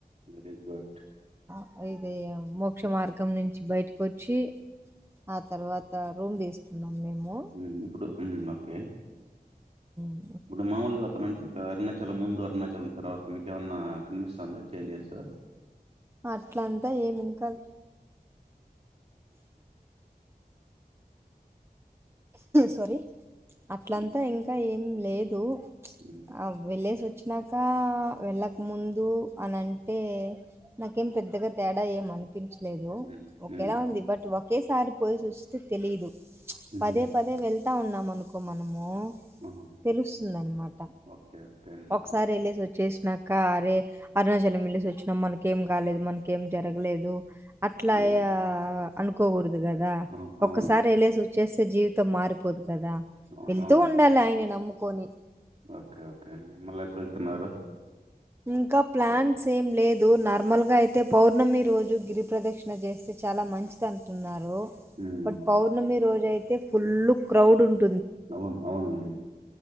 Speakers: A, on the right; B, on the right.
A: వెరిగుడ్
B: అ ఇదీ మ్ మోక్షమార్గం నించి బైట్. వచ్చి ఆ తరువాత రూమ్ తీసుకున్నాం మేము
A: ఆ ఇప్పుడు ఓకే
B: ఆ
A: ఇప్పుడు మామూలుగా అతను అంటు ఉంట కదా అరుణాచల్ ముందు అరుణాచల్ తర్వాత మీకేమన్నా కనిపిస్తాందా చేంజ్సు
B: అట్లంతా ఏమి ఇంకాల్ సరి అట్లంతా
A: హ్మ్.
B: ఇంకా ఏ లేదు
A: హ్మ్.
B: ఆ వెళ్ళసి వాచ్ వచ్చినాక వెళ్ళక ముందు అని అంటే నాకేం పెద్దగా తేడ ఏమనిపి పపించలేదు
A: హ్మ్.
B: ఒక
A: హ్మ్.
B: ఎలా ఉంది బట్ ఒక ఒకేసారి పోసి వస్తే తెలీదు
A: హుహు.
B: పదే పదే వెళ్ ఇస్తా ఉన్నాం అనుకో మనము
A: ఆహా!
B: తెలుస్తుందనమాట
A: ఓకే. ఓకే అండి.
B: ఒకసారి వెళ్ళసి వచ్చి చేసినాక అరే అరుణాచలం వెళ్లేసి వచ్చినాం మనకేం కాలేదు మనకేం జరగలేదు అట్లా
A: హ్మ్.
B: ఏ ఆ అనుకోకూడదు కదా
A: అవును.
B: ఒక్కసారి
A: అవునవును.
B: వెళసి చేస్ జీవితం మారిపోదు కదా
A: అవు-
B: వెళ్తూ
A: అవునండి.
B: ఉండాలి అయన నమ్ పోని
A: ఓకే ఓకే అండి మళ్ళీ ఎప్పుడు వెళ్తున్నారు
B: ఇంకా ప్లాన్ ఏం లేదు నార్మల్ ఇ అయితే పౌర్ణమి రోజు గిరి ప్రదక్షిణ చేస్తే చాలా మంచిది అంటున్నారు
A: ఉమ్
B: బట్ పౌర్ణమి రోజైతే లే ఫుల్లు క్రౌడ్ ఉంట
A: అవును అవునండి